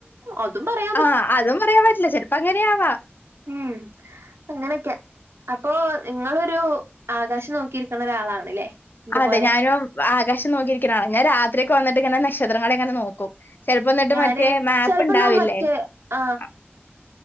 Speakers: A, on the right; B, on the left.
A: അതും പറയാ
B: ആഹ് അതും പറയാൻ പറ്റില്ല ചെലപ്പോ അങ്ങനെയാവാ
A: ഉം അങ്ങനെയൊക്കെ. അപ്പൊ നിങ്ങളൊരു ആകാശം നോക്കിരിക്കണ ഒരാളാണ്ല്ലേ. എന്റെ
B: അതെ
A: പോലെ
B: ഞാനും ആകാശം നോക്കിയിരിക്കണ ആള. ഞാൻ രാത്രിയക്കെ വന്നിട്ട് ഇങ്ങന നക്ഷത്രങ്ങളെ ഒക്കെഇങ്ങനെ നോക്കും. ചെലപ്പന്നിട്ട്
A: ഞാന്
B: മറ്റേ മാപ്പ്ണ്ടാവില്ലേ
A: ചെലപ്പോണ്ടാവും മറ്റേ ആഹ്
B: അ